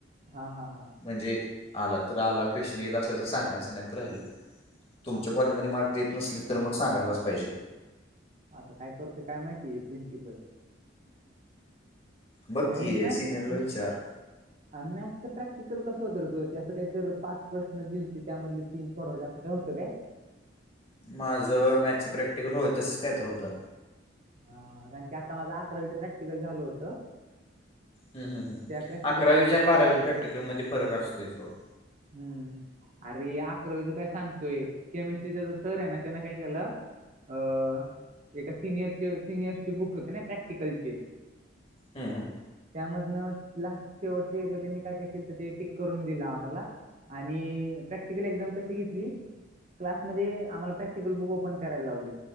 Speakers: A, on the right; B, on the left.
A: हा हा हा
B: म्हणजे आला तर आला क्वेश्चन येत असल्या तर सांगायचं नाहीत राहिलं तुमच्या
A: हा हा
B: कॉलेजमध्ये
A: हा
B: मार्क देत नसले तर तर मग सांगायलाच पाहिजे
A: आता काय करतेय काय माहिती प्रिन्सिपल
B: बघ
A: आणि
B: की
A: मॅथ
B: सिनियरला विचार
A: मॅथच प्रॅक्टिकल कसं होतं तु ते असं काही तर पाच प्रश्न दिलेते त्यामधले तीन पडवा असं काय होतं काय
B: माझ मॅथच प्रॅक्टिकल होय तसच काय तर होतं
A: हा कारण की आता माझं अकरावीच प्रॅक्टिकल झालं होतं
B: ह् ह
A: त्या प्रॅक्टिकल
B: अकरावीच्या
A: मध्ये तसं
B: आणि बारावीचा
A: होतं.
B: प्रॅक्टिकलमध्येध्ये फरक असतोयथोडं
A: हम्म अरे अकरावीच काय सांगतोय केमिस्ट्रीचा ज सर आहे ना त्याने काय केलं अ एका सिनियरचे सिनियरचे बुक होते ना प्रॅक्टिकलचे
B: हम् हम
A: त्यामधनं लास्ट शेवटच्या एरला त्यांनी काय काय केलं तर ते पक करून दिला आम्हाला आणि प्रॅक्टिकल एक्झाम कशी घेतली क्लासमध्ये आम्हाला प्रॅक्टिकल बुक ओपन करायला लावले